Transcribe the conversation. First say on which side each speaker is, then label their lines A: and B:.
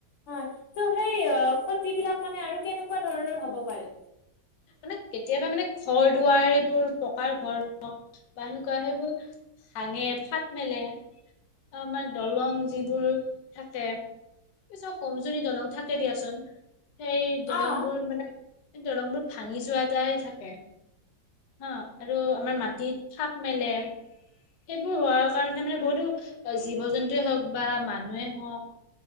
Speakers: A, on the left (about 85°); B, on the left (about 65°).
A: হয়, ত' সেই ক্ষতিবিলাক মানে আৰু কেনেকুৱা ধৰণৰ হ'ব পাৰে?
B: মানে কেতিয়াবা মানে ঘৰ দুৱাৰ সেইবোৰ পকাৰ ঘৰ হওঁক বা সেনেকুৱা সেইবোৰ ভাঙে ফাট মেলে আৰু আমাৰ দলং যিবোৰ থাকে। অৱশ্যে কমজুৰি দলং থাকে দিয়াচোন সেই দলংবোৰ
A: অ',
B: মানে দলংবোৰ ভাঙি যোৱা এটা ই থাকে। হা আৰু আমাৰ মাটিত ফাট মেলে। সেইবোৰ হোৱাৰ কাৰণে মানে বহুতো অ', জীৱ জন্তুৱে হওঁক বা মানুহে হওঁক